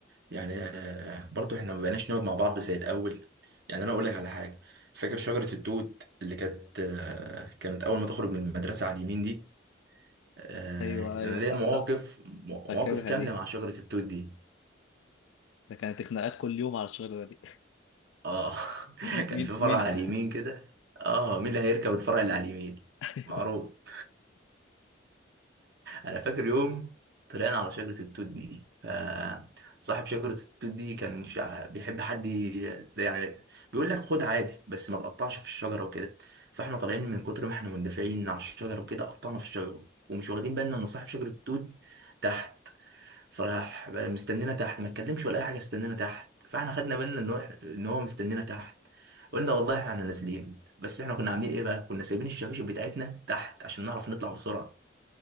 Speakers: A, on the right (about 60°); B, on the left (about 85°).
A: يعني آه، برضه احنا ما بقيناش نقعد مع بعض زي الاول يعني انا اقول لك على حاجه فاكر شجره التوت اللي كانت آه، كانت اول ما تخرج من المدرسه على اليمين دي آه،
B: أيوه أيوه
A: انا ليا
B: ف...
A: مواقف
B: ف...
A: مواقف
B: فاكرها
A: كامله
B: دي
A: مع شجره التوت دي
B: ده كانت خناقات كل يوم على الشجرة دي
A: اه
B: <laughs>
A: <laughs>
B: م-
A: كان
B: مين
A: في فرع
B: مين
A: على اليمين كده اه مين اللي هيركب الفرع اللي على اليمين
B: <laughs> أيوه
A: معروف انا فاكر يوم طلعنا على شجره التوت دي فصاحب شجره التوت دي كان شع- بيحب حد ي- يعني بيقول لك خد عادي بس ما تقطعش في الشجره وكده فاحنا طالعين من كتر ما احنا مندفعين على الشجره وكده قطعنا في الشجره ومش واخدين بالنا ان صاحب شجره التوت تحت فراح مستنينا تحت ما اتكلمش ولا اي حاجه استنانا تحت فاحنا خدنا بالنا ان هو ان هو مستنينا تحت قلنا والله احنا نازلين بس احنا كنا عاملين ايه بقى كنا سايبين الشباشب بتاعتنا تحت عشان نعرف نطلع بسرعه